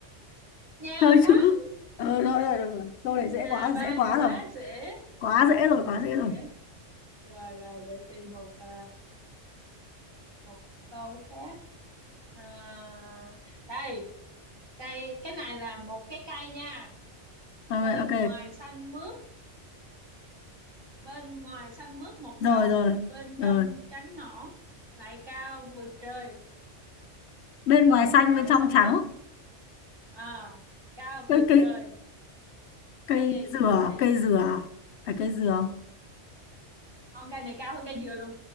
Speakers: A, on the right; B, on the left.
A: nhà
B: chơi
A: bác
B: chữ ờ rồi rồi rồi rồi. câu này dễ
A: nhà
B: quá
A: ban
B: dễ quá
A: quá
B: rồi
A: dễ
B: quá dễ rồi
A: quá
B: quá
A: dễ
B: dễ rồi
A: rồi rồi để tìm một à, một câu khác à, đây cây cái này là một cái cây nha
B: Ờ,
A: bên
B: rồi, ok
A: ngoài xanh mướt bên ngoài xanh mướt một
B: rồi
A: màu
B: rồi
A: bên
B: rồi
A: trong trắng nõn lại cao vượt trời
B: bên ngoài
A: bên
B: xanh
A: ngoài
B: bên trong
A: xanh
B: trắng
A: mướt à cao
B: cây
A: vượt
B: cây
A: trời
B: cây
A: cây gì
B: dừa
A: cây
B: cây
A: gì
B: dừa phải cây dừa không?
A: không cây này cao hơn cây dừa luôn